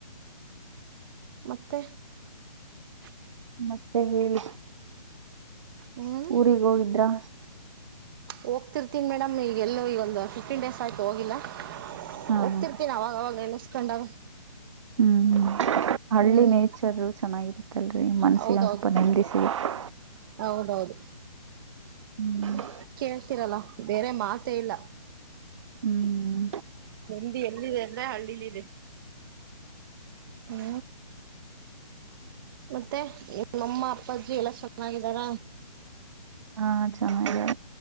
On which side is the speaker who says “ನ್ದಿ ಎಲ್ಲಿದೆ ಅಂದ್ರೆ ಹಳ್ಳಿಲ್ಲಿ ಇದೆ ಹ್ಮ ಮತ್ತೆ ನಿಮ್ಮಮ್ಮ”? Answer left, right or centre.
Right